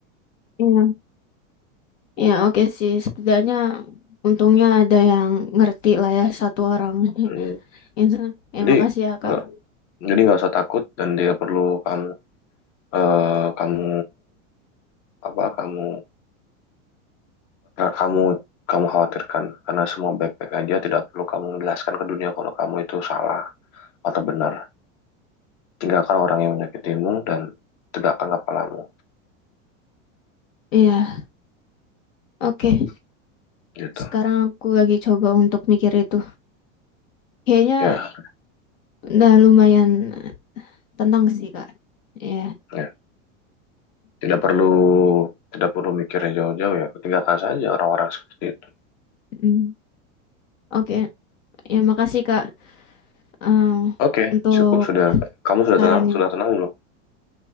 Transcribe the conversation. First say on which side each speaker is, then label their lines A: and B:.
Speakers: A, on the left; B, on the left.
A: Iya. Ya oke sih, setidaknya untungnya ada yang ngerti lah ya satu orang. <laughs>
B: Mm.
A: Itu. Ya
B: Jadi
A: makasih ya
B: nggak-
A: Kak.
B: jadi nggak usah takut dan tidak perlu kamu eh, kamu apa kamu kamu kamu khawatirkan karena semua baik-baik aja tidak perlu kamu menjelaskan ke dunia kalau kamu itu salah atau benar tinggalkan orang yang menyakitimu dan tegakkan kepalamu
A: Iya, oke.
B: gitu
A: Sekarang aku lagi coba untuk mikir itu. Kayaknya
B: ya
A: Udah lumayan Tenang sih Kak. Ya.
B: ya tidak perlu tidak perlu mikir yang jauh-jauh ya tinggalkan saja orang-orang seperti itu
A: mm. Oke, ya makasih Kak eh,
B: oke
A: untuk
B: cukup sudah kamu sudah
A: sarannya.
B: tenang sudah tenang belum